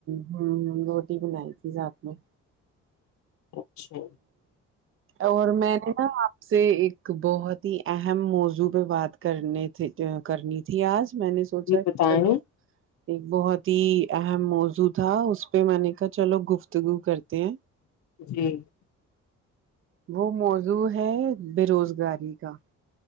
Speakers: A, on the right (about 45°); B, on the left (about 65°).
A: ہ ہ روٹی بنائی تھی ساتھ میں
B: اچھا
A: اور میں نے نا سے ایک بہت ہی اہم موضوع پہ بات کرنے تھی کرنی تھی آج میں نے سوچا
B: یہ
A: کہ
B: بتائیں
A: چلو ایک بہت ہی اہم موضوع تھا اس پہ میں نے کہا چلو گفتگو کرتے ہیں
B: جی
A: وہ موضوع ہے بے روزگاری کا